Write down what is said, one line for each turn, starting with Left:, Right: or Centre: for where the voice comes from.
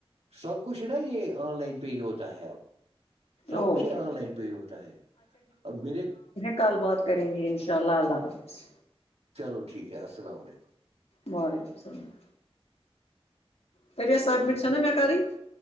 Right: سب کچھ نا یہ آن لائن پے ہی ہوتا ہے اب سب
Left: اوکے
Right: کچھ یہ آن لائن پہ ہوتا ہے اب میرے
Left: کال بات کریں گے ان شاء اللہ اللہ حافظ
Right: چلو ٹھیک ہے السلام علیکم
Left: وعلیکم السلام کرری سبمٹھا م میں کرنی <unintelligible>